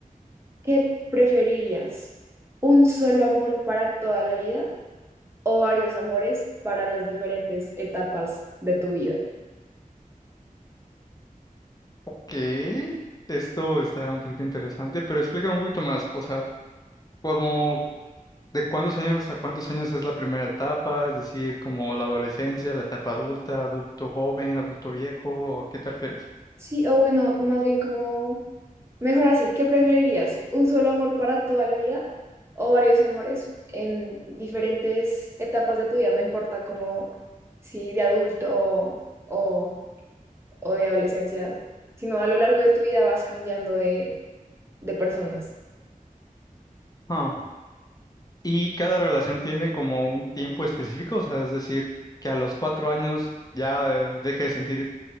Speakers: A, on the right (about 15°); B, on the left (about 25°).
A: ¿qué preferirías? ¿Un solo amor para toda la vida o varios amores para las diferentes etapas de tu vida?
B: Ok, esto está un poquito interesante, pero explícame un poquito más. O sea, ¿cómo, ¿De cuántos años a cuántos años es la primera etapa? Es decir, como la adolescencia, la etapa adulta, adulto joven, adulto viejo, ¿a qué te refieres?
A: Sí, o bueno, más bien como, mejor así, ¿qué preferirías? ¿Un solo amor para toda la vida o varios amores en diferentes etapas de tu vida? No importa como si de adulto o, o, o de adolescencia, sino a lo largo de tu vida vas cambiando de, de personas.
B: Ah, y cada relación tiene como un tiempo específico, o sea, es decir, que a los cuatro años ya eh, deje de sentir